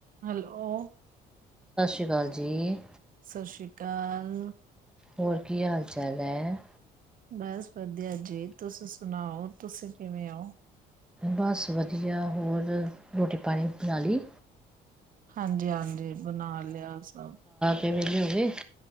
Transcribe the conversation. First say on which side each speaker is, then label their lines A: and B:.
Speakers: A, on the right; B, in the centre.
A: Hello.
B: ਸਤਿ ਸ਼੍ਰੀ ਅਕਾਲ ਜੀ।
A: ਸਤਿ ਸ੍ਰੀ ਅਕਾਲ।
B: ਹੋਰ ਕੀ ਹਾਲ ਚਾਲ ਹੈ?
A: ਬਸ ਵਧੀਆ ਜੀ ਤੁਸੀ ਸੁਣਾਓ ਤੁਸੀਂ ਕਿਵੇਂ ਹੋ?
B: ਬਸ ਵਧੀਆ ਹੋਰ ਰੋਟੀ ਪਾਣੀ ਬਣਾ ਲਈ?
A: ਹਾਂਜੀ ਹਾਂਜੀ। ਬਣਾ ਲਿਆ ਸਭ
B: ਕਿ ਵਲੇ ਹੋ ਗਏ।